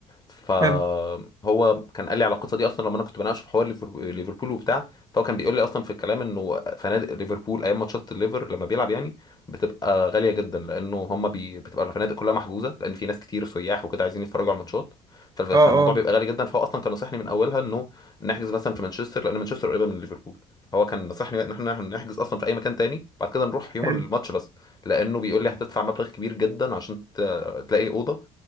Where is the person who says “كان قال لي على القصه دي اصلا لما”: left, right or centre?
Left